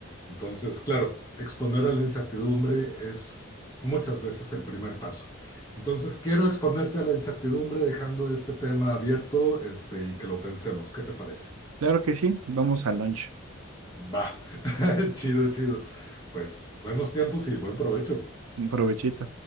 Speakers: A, on the left (about 15°); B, on the right (about 85°).
A: Entonces, claro, exponer a la incertidumbre es muchas veces el primer paso. Entonces, quiero exponerte a la incertidumbre dejando este tema abierto, este, y que lo pensemos. ¿Qué te parece?
B: Claro que sí, vamos al lunch.
A: Va, <laughs> chido, chido. Pues buenos tiempos y buen provecho.
B: Un provechito.